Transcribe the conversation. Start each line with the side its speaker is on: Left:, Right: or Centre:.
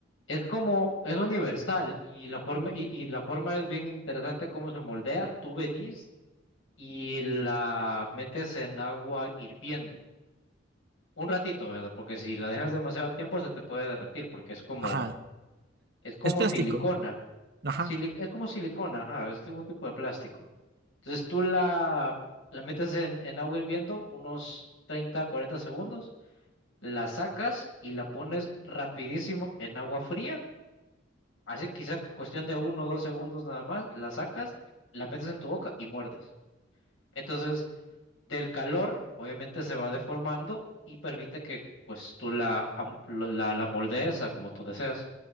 Left: es como, es universal y la forma, y, y la forma es bien interesante cómo se moldea. Tú venís, y la metes en agua hirviendo. Un ratito, ¿verdad? Porque si la dejas demasiado tiempo se te puede derretir porque es como,
Right: Ajá.
Left: es como
Right: Es plástico.
Left: silicona.
Right: Ajá.
Left: sili- es como silicona, ajá, es tipo- un tipo de plástico. Entonces tú la, la metes en, en agua hirviendo unos 30 40 segundos, la sacas y la pones rapidísimo en agua fría. Así quizá cuestión de uno o dos segundos nada más, la sacas, la metes en tu boca y muerdes. Entonces del calor, obviamente se va deformando y permite que pues tú la, am- lo- la, la moldees a como tú deseas.